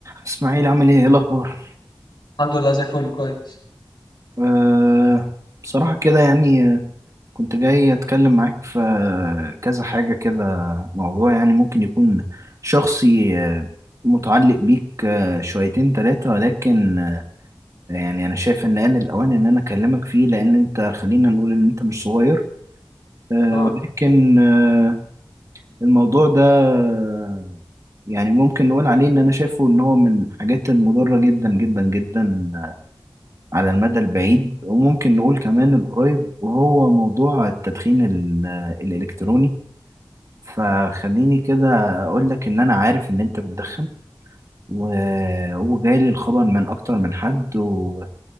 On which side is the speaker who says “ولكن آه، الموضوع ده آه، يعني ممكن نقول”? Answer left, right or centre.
Right